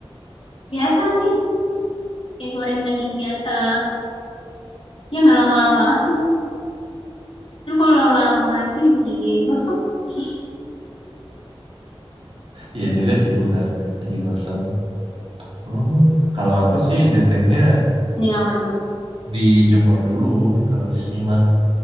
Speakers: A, on the left; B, on the right.
A: Biasa sih, kayak goreng daging dia. eh ya nggak lama-lama banget sih. Terus kalau lama itu jadi gosong. <laughs>
B: Iya juga sih bener. Jadi gosong. Oh, kalau aku sih dendengnya
A: Mending apa tuh?
B: dijemur dulu kalau di sini mah.